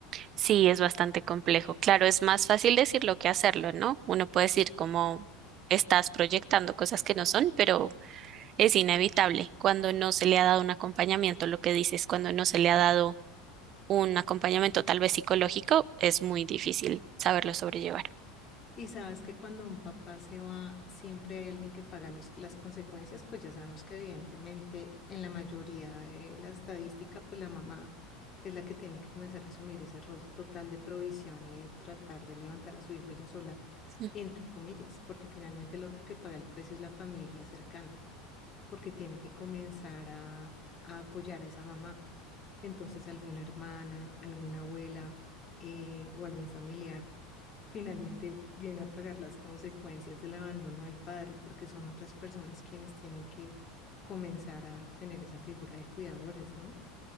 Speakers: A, on the right; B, on the left.
A: Sí, es bastante complejo. Claro, es más fácil decirlo que hacerlo, ¿no? Uno puede decir como estás proyectando cosas que no son, pero es inevitable cuando no se le ha dado un acompañamiento, lo que dices, cuando no se le ha dado un acompañamiento tal vez psicológico, es muy difícil saberlo sobrellevar.
B: Y sabes que cuando un papá se va, siempre hay alguien que paga los- las consecuencias, pues ya sabemos que evidentemente en la mayoría de la estadística, pues la mamá es la que tiene que comenzar a asumir ese rol total de provisión y de tratar de levantar a su hijo ella sola,
A: Mm.
B: entre comillas, porque finalmente el otro que paga el precio es la familia cercana. porque tiene que comenzar a, a apoyar a esa mamá. Entonces, alguna hermana, alguna abuela eh, o algún familiar finalmente viene a pagar las consecuencias del abandono del padre, porque son otras personas quienes tienen que comenzar a tener esa figura de cuidadores, ¿no?